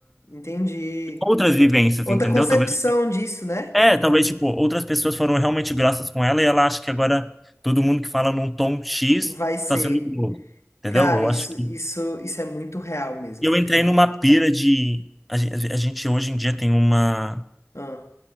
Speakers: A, on the left; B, in the centre.
A: Entendi.
B: outras vivências,
A: Outra
B: entendeu?
A: concepção
B: Talvez
A: disso, né?
B: É, talvez, tipo, outras pessoas foram realmente graças com ela e ela acha que agora todo mundo que fala num tom X
A: Vai ser.
B: tá sendo Globo. Entendeu?
A: Cara,
B: Eu
A: isso,
B: acho que.
A: isso, isso é muito real mesmo,
B: Eu entrei
A: cara.
B: numa pira de. A gen- a gente hoje em dia tem uma,
A: Ah,